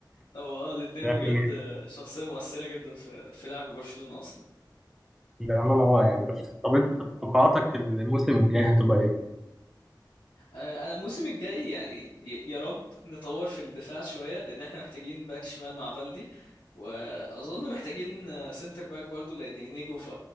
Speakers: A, on the left; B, in the centre.
A: هو آه، الاتنين
B: <laughs> يعني
A: بجد آه، شخصية مؤثرة جدا في في لعب برشلونة أصلا
B: بأمانة اه يعني بس طب انت توقعاتك الموسم الجاي هتبقى ايه؟
A: آه، انا الموسم الجاي يعني ي- يا رب نطور في الدفاع شويه لان احنا محتاجين باك شمال مع بلدي واظن محتاجين آه، سنتر باك برضو لان انيجو ف